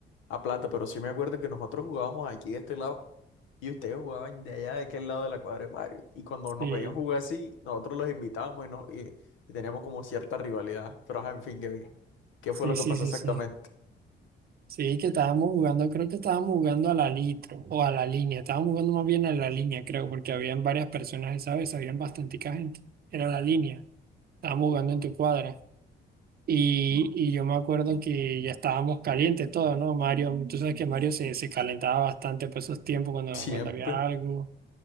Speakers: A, on the left; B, on the right.
A: a plata, pero sí me acuerdo que nosotros jugábamos aquí de este lado Y ustedes jugaban de allá, de aquel lado de la cuadra de Mario. Y cuando nos
B: sí,
A: veían jugar así, nosotros los invitábamos y, nos, y, y teníamos como cierta rivalidad. Pero, ajá, en fin, ¿qué, qué
B: sí,
A: fue lo que
B: sí,
A: pasó
B: sí,
A: exactamente?
B: sí. Sí, que estábamos jugando, creo que estábamos jugando a la litro o a la línea. Estábamos jugando más bien a la línea, creo, porque habían varias personas esa vez, habían bastante gente. Era la línea. Estábamos jugando en tu cuadra. Y, y yo me acuerdo que ya estábamos calientes todos, ¿no? Mario, tú sabes que Mario se, se calentaba bastante por esos tiempos
A: <laughs>
B: cuando,
A: Siempre.
B: cuando había algo.